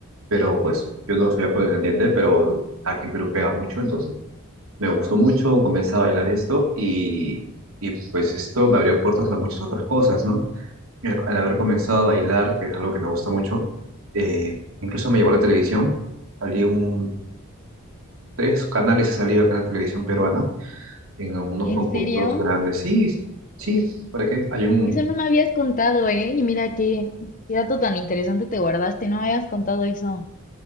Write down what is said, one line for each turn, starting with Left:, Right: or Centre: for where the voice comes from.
Right: pero pues yo no soy afrodescendiente, pero aquí en Perú pega mucho, entonces Me gustó mucho, comencé a bailar esto y, y pues esto me abrió puertas a muchas otras cosas, ¿no? Y Al, al haber comenzado a bailar, que es algo que me gusta mucho, eh, incluso me llevó a la televisión, salí un, tres canales he salido acá en la televisión peruana, en unos
Left: ¿En
Right: concursos
Left: serio?
Right: grandes. Sí, sí, sí, ¿para qué? Hay un...
Left: Eso no me habías contado, ¿eh? Y mira qué, qué dato tan interesante te guardaste, no me habías contado eso.